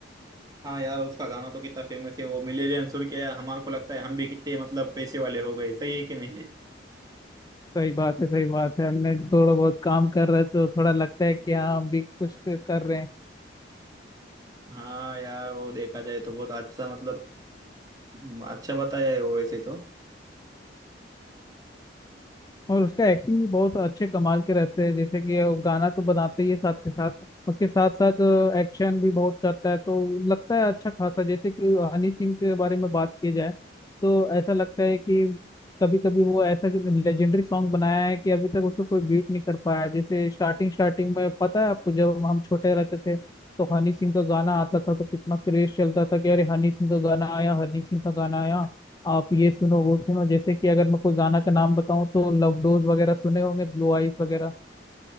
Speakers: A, on the right (about 20°); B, on the left (about 20°).
A: हाँ यार उसका गाना तो कितना फेमस है वो मिलेनियर अंसुर क्या यार हमारे को लगता है हम भी कितने मतलब पैसे वाले हो गए सही है कि नहीं <laughs>
B: सही बात है सही बात है हमने थोड़ा बहुत काम कर रहे हैं तो थोड़ा लगता है कि हाँ हम भी कुछ कर रहे हैं
A: हाँ यार वो देखा जाए तो बहुत अच्छा मतलब हम्म, अच्छा बताया है वो वैसे तो
B: और उसका एक्टिंग भी बहुत अच्छे कमाल के रहते हैं जैसे कि वो गाना तो बनाते ही है साथ के साथ उसके साथ साथ एक्शन भी बहुत करता है तो लगता है अच्छा खासा जैसे कि हनी सिंह के बारे में बात की जाए तो ऐसा लगता है कि कभी कभी वो ऐसा कि लेजेंडरी सॉन्ग बनाया है कि अभी तक उसको कोई बीट नहीं कर पाया है। जैसे स्टार्टिंग स्टार्टिंग में पता है आपको जब हम छोटे रहते थे तो हनी सिंह का गाना आता था तो कितना क्रेज चलता था कि अरे हनी सिंह का गाना आया हनी सिंह का गाना आया आप ये सुनो वो सुनो जैसे कि अगर मैं कोई गाना का नाम बताऊं तो लव डोज वगैरह सुने होंगे ब्लू आइज वगैरह